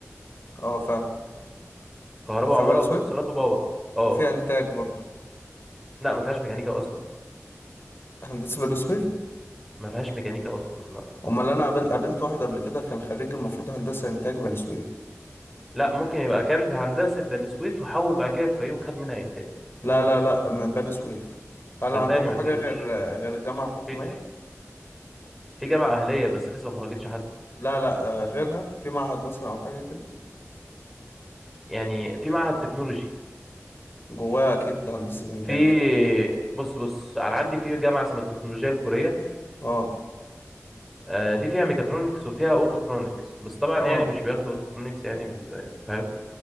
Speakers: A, on the left; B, in the centre.
A: اه فاهم
B: كهرباء
A: في
B: وعماره
A: بني سويف
B: واتصالات وباور اه
A: وفي انتاج برضو
B: لا ما فيهاش ميكانيكا اصلا
A: هندسة بني سويف
B: ما فيهاش ميكانيكا اصلا لا
A: امال انا قابل... قابلت واحد قبل كده كان خريج المفروض هندسه انتاج بني سويف
B: لا ممكن يبقى كان في هندسه بني سويف وحول بعد كده في الفيوم خد منها انتاج
A: لا
B: ممكن
A: لا لا من بني سويف هل
B: صدقني
A: عندكم
B: ما
A: حاجه
B: فيش
A: غير غير الجامعه الحكوميه
B: ما فيش في جامعه اهليه بس لسه ما خرجتش حد
A: لا لا آه، غيرها في معهد مثلا او حاجه كده
B: يعني في معهد تكنولوجي
A: جواها اكيد هندسه انتاج
B: في بص بص انا عندي في جامعه اسمها التكنولوجيا الكوريه
A: اه
B: آه، دي فيها ميكاترونكس وفيها اوتوترونكس بس طبعا
A: اه
B: يعني مش بياخدوا اوتوترونكس يعني بز- فاهم